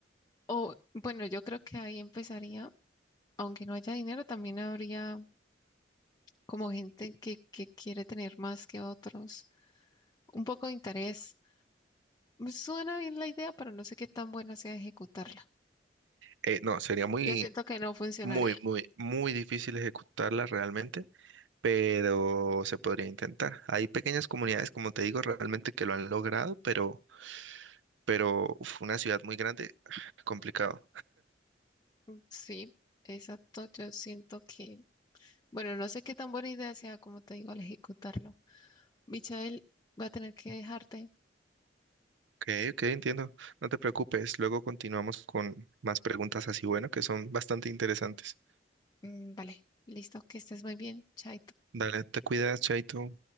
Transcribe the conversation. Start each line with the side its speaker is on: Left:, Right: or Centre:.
Left: o bueno, yo creo que ahí empezaría, aunque no haya dinero, también habría como gente que, que quiere tener más que otros, un poco de interés. Pues, Suena bien la idea, pero no sé qué tan buena sea ejecutarla.
Right: Eh, no, sería muy,
Left: Yo siento que no funcionaría.
Right: muy, muy, muy difícil ejecutarla realmente, pero se podría intentar. Hay pequeñas comunidades, como te digo, realmente que lo han logrado, pero pero uf, una ciudad muy grande, <sighs> complicado.
Left: Mm, Sí, exacto. Yo siento que Bueno, no sé qué tan buena idea sea, como te digo, al ejecutarlo. Michael, voy a tener que dejarte.
Right: Ok, ok, entiendo. No te preocupes. Luego continuamos con más preguntas así, bueno, que son bastante interesantes.
Left: Mm, vale, listo, que estés muy bien. Chaito.
Right: Dale, te cuidas, Chaito.